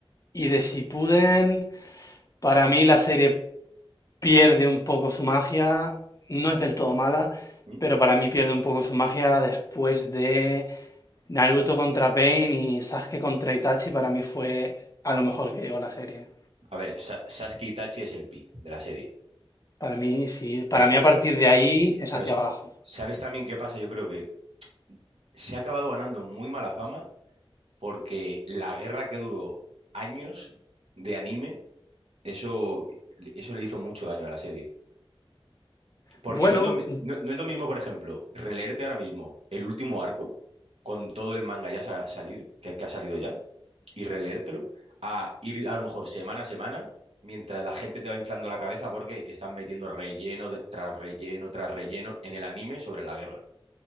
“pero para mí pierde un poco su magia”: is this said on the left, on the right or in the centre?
Left